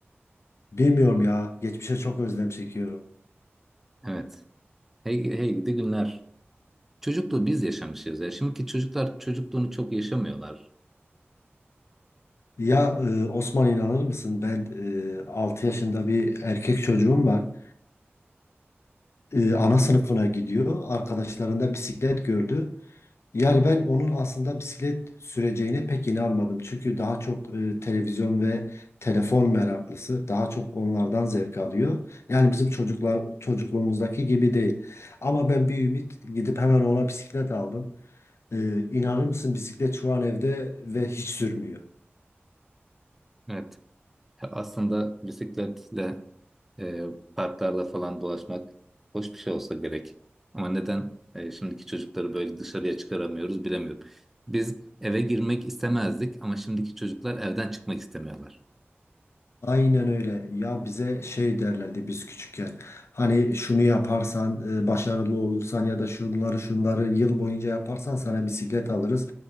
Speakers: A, on the left; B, in the centre.
A: e, bilmiyorum ya geçmişe çok özlem çekiyorum.
B: Evet. Hey, hey gidi günler. Çocukluğu biz yaşamışız ya. Şimdiki çocuklar çocukluğunu çok yaşamıyorlar.
A: Ya e, Osman inanır mısın ben e, 6 yaşında bir erkek çocuğum var. E, ana sınıfına gidiyor arkadaşlarında bisiklet gördü. Yani ben onun aslında bisiklet süreceğine pek inanmadım. Çünkü daha çok e, televizyon ve telefon meraklısı. Daha çok onlardan zevk alıyor. Yani bizim çocuklar çocukluğumuzdaki gibi değil. Ama ben bir ümit gidip hemen ona bisiklet aldım. E, inanır mısın bisiklet şu an evde ve hiç sürmüyor.
B: Evet. Aslında bisikletle E, parklarda falan dolaşmak hoş bir şey olsa gerek. Ama neden e, şimdiki çocukları böyle dışarıya çıkaramıyoruz bilemiyorum. Biz eve girmek istemezdik ama şimdiki çocuklar evden çıkmak istemiyorlar.
A: Aynen öyle. Ya bize şey derlerdi biz küçükken. Hani şunu yaparsan, e, başarılı olursan ya da şunları şunları yıl boyunca yaparsan sana bisiklet alırız.